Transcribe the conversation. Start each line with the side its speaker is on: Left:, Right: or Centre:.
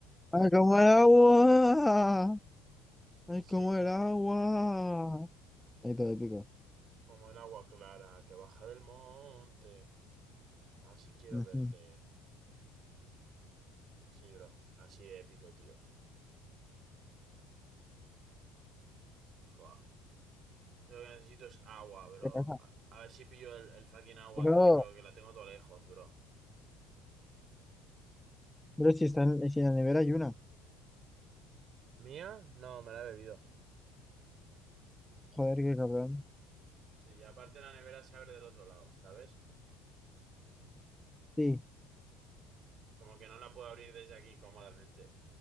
Centre: ¡Ay, como el agua! ¡Ay,
Right: Sí,
Centre: como el agua! Ahí todo épico.
Right: como el agua clara que baja del monte. Así quiero
Centre: Ujú.
Right: verte. Sí, bro. Así de épico, tío. Ufa. Yo lo que necesito es agua, bro.
Centre: ¿Qué pasa?
Right: A, a ver si pillo el, el fucking agua
Centre: Bro,
Right: aquí, bro, que la tengo todo lejos, bro.
Centre: bro, si están, si en la nevera hay una.
Right: ¿Mía? No, me la he bebido.
Centre: Joder, qué cabrón.
Right: Sí, y aparte la nevera se abre del otro lado, ¿sabes?
Centre: Sí,
Right: Como que no la puedo abrir desde aquí cómodamente,